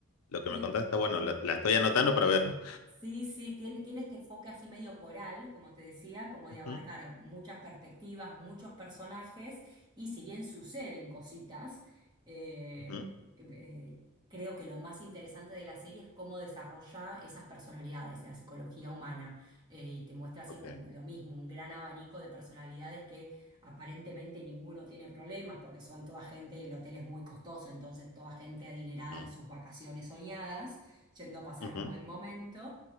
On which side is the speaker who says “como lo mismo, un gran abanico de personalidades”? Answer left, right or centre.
Right